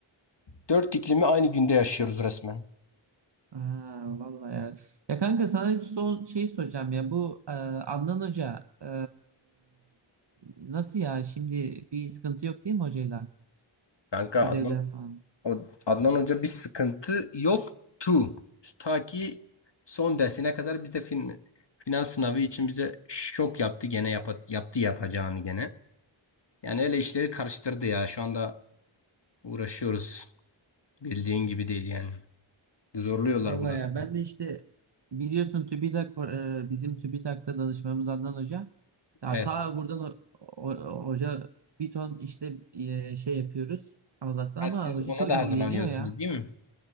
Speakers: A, on the left; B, on the right.
A: Dört iklimi aynı günde yaşıyoruz resmen.
B: Aa, vallahi ya. Ya kanka sana bir son şey soracağım ya. Bu e, Adnan Hoca e, nasıl ya? Şimdi bir sıkıntı yok değil mi hocayla?
A: Kanka
B: Ödevler
A: Adnan,
B: falan.
A: o- Adnan Hoca bir sıkıntı yoktu. Ta ki son dersine kadar bize fin, final sınavı için bize şok yaptı gene yapa- yaptı yapacağını gene. Yani öyle işleri karıştırdı ya. Şu anda uğraşıyoruz. Bildiğin gibi değil yani. Zorluyorlar
B: Vallahi
A: burası.
B: ya ben de işte biliyorsun TÜBİTAK e, bizim TÜBİTAK'ta danışmamız Adnan Hoca. Ya
A: Evet.
B: ta buradan o, o- hoca bir ton işte e, şey yapıyoruz Allah'ta
A: Ya
B: ama
A: siz
B: hoca
A: ona
B: çok
A: da
B: ilgileniyor
A: hazırlanıyorsunuz
B: ya.
A: değil mi?